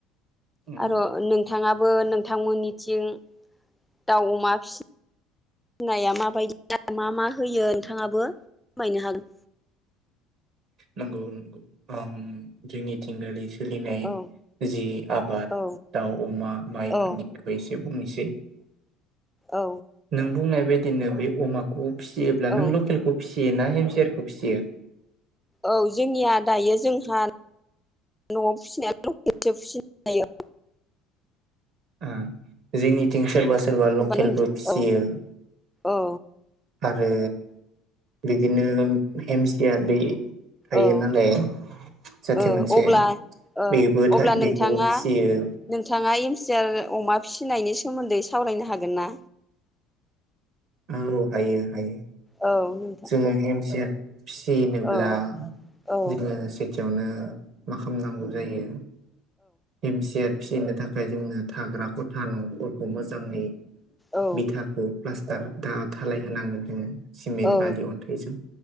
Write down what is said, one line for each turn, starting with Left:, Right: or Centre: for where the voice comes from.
Right: ओम
Centre: आरो नों थाङाबो नोंथांमोननिथिं दाउ अमा फिसि नाया माबायदि मा मा होयो नोंथाङाबो फोरमायनो हागोन।
Right: नंगौ नंगौ उम जोंनिथिं सोलिनाय
Centre: औ
Right: जि आबाद
Centre: औ
Right: दाउ अमा माइफोरनिखौबो
Centre: औ
Right: एसे बुंनोसै।
Centre: औ
Right: नों बुंनाय बायदिनो बे अमाखौ फिसियोब्ला नों
Centre: औ
Right: लकेलखौ फिसियो ना हेमसियार खौ फिसियो?
Centre: औ जोंनिया दायो जोंहा न'आव फिसिनाया लकेलसो फिसि <inaudible>
Right: ओ जोंनिथिं सोरबा सोर सोरबा लकेलबो
Centre: होमबा नोंथां
Right: फिसियो
Centre: औ औ
Right: आरो बिदिनो हेमसियार बे थायो
Centre: औ
Right: नालाय। जाथि
Centre: ओ
Right: मोनसे
Centre: अब्ला ओ
Right: बेबो
Centre: अब्ला नोंथाङा
Right: बेखौबो फिसियो
Centre: नोंथाङा हेमसियार अमा फिसिनायनि सोमोन्दै सावरायनो हागोन ना?
Right: आंल' हायो हायो।
Centre: औ नोंथां
Right: जोङो हेमसियार फिसिनोब्ला
Centre: औ औ
Right: जोङो सेथियावनो मा खालामनांगौ जायो हेमसियार फिसिनो थाखाय जोंनो थाग्रा खथा न'फोरखौ मोजाङै
Centre: औ
Right: बिथाखौ प्लास्टार धा-धालाय होनांगोन जोङो। सिमेन्ट
Centre: औ
Right: बालि अनथाइजों।